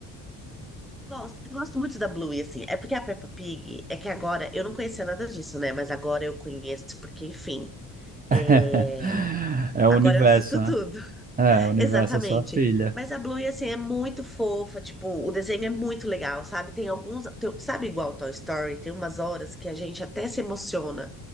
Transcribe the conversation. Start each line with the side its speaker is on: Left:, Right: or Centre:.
Centre: gosto, eu gosto muito da Bluey, assim. É porque a Peppa Pig, é que agora, eu não conhecia nada disso, né? Mas agora eu conheço, porque, enfim,
Right: <laughs>
Centre: é,
Right: É o
Centre: agora
Right: universo,
Centre: eu assisto
Right: né?
Centre: tudo.
Right: É, o universo
Centre: Exatamente.
Right: é sua filha.
Centre: Mas a Bluey, assim, é muito fofa, tipo, o desenho é muito legal, sabe? Tem alguns, tem- sabe igual Toy Story, tem umas horas que a gente até se emociona,